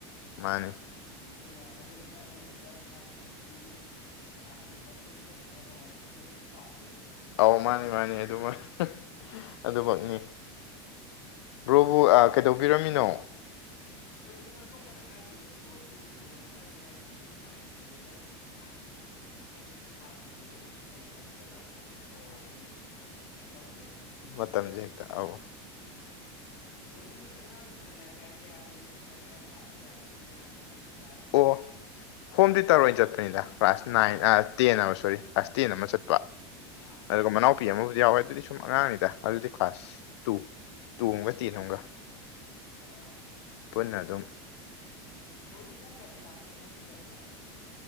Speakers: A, on the left; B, on the left.
A: ꯃꯥꯅꯦ
B: ꯃꯗꯨꯅ ꯃꯗꯨꯅ ꯃꯔꯝ ꯑꯣꯏꯔꯒ ꯏꯁꯥꯒꯤ ꯄꯨꯟꯁꯤ ꯑꯔꯥꯟꯕꯔꯣꯝꯗ ꯐꯨꯜ ꯆꯠꯈꯤꯕ ꯗꯥꯎꯟ ꯈꯨꯆꯠꯇꯨꯗꯤ ꯄꯥꯝꯗꯦ
A: ꯑꯥꯎ ꯃꯥꯅꯤ ꯃꯥꯅꯤ ꯑꯗꯨꯃꯛ ꯑꯗꯨꯃꯛꯅꯤ ꯕ꯭ꯔꯣꯕꯨ ꯑꯥ ꯀꯩꯗꯧꯕꯤꯔꯝꯃꯤꯅꯣ
B: ꯕ꯭ꯔꯣ ꯑꯩꯁꯦ ꯆꯥꯛ ꯇꯣꯛꯄꯥꯇ ꯉꯥꯏꯔꯤꯌꯦ ꯕ꯭ꯔꯣꯁꯤ ꯑꯗꯨꯝ ꯕ꯭ꯔꯣꯅ ꯈꯔ ꯑꯗꯨꯝ ꯋꯥꯔꯤ ꯁꯥꯟꯅꯕ ꯅꯨꯡꯉꯥꯏꯌꯦꯅ ꯑꯩ ꯕ꯭ꯔꯣꯗ ꯁꯨꯝ ꯍꯥꯟꯅ ꯁꯨꯝ ꯉꯁꯥꯏꯗꯣ ꯃꯦꯁꯦꯁ ꯊꯥꯕꯅꯦ ꯕ꯭ꯔꯣꯗꯣ ꯇꯨꯏꯁꯟ ꯇꯧꯔꯤ ꯍꯥꯏꯕꯗꯨꯗꯀꯣ ꯑꯇꯣꯞꯄꯒ ꯁꯨꯝ ꯉꯥꯏꯍꯥꯛꯄꯨꯗꯤ ꯀꯩꯅꯣ ꯇꯧꯔꯨꯔꯦ
A: ꯃꯇꯝꯖꯦ ꯍꯦꯛꯇ ꯑꯥꯎ
B: ꯕ꯭ꯔꯣꯗꯤ ꯑꯉꯥꯡ ꯀꯅꯥ ꯀꯌꯥ ꯀꯌꯥ ꯇꯧꯔꯤꯅꯣ ꯅꯠꯇ꯭ꯔꯒ ꯀ꯭ꯂꯥꯁ ꯀꯌꯥꯃꯨꯛꯀꯤ ꯑꯉꯥꯡꯅꯣ ꯍꯥꯢꯗꯤ ꯃꯁꯤꯡ
A: ꯑꯣ ꯍꯣꯝ ꯇꯨꯢꯇꯥꯔ ꯑꯣꯢꯅ ꯆꯠꯄꯥꯅꯤꯗ ꯀ꯭ꯂꯥꯁ ꯅꯥꯏꯟ
B: ꯑꯣ
A: ꯑꯥ ꯇꯦꯟ ꯍꯥꯢꯕ ꯁꯣꯔꯤ ꯀ ꯭ꯂꯥꯁ ꯇꯦꯟ ꯑꯃ ꯆꯠꯄ
B: ꯑꯥ
A: ꯑꯗꯨꯒ ꯃꯅꯥꯎꯄꯤ ꯑꯃꯕꯨꯗꯤ ꯌꯥꯎꯋꯦ ꯑꯗꯨꯗꯤ ꯁꯨꯝ ꯑꯉꯥꯡꯅꯤꯗ ꯑꯗꯨꯗꯤ ꯀ꯭ꯂꯥꯁ ꯇꯨ ꯇꯨ ꯑꯝꯒ ꯇꯦꯟ ꯑꯝꯒ
B: ꯑꯣ
A: ꯄꯨꯟꯅ ꯑꯗꯨꯝ
B: ꯕ꯭ꯔꯣꯍꯣꯏꯗꯤ ꯄꯨꯡ ꯀꯌꯥꯗꯤ ꯇꯥꯛꯀꯦ ꯍꯣꯝ ꯇꯨꯏꯇꯔꯁꯦ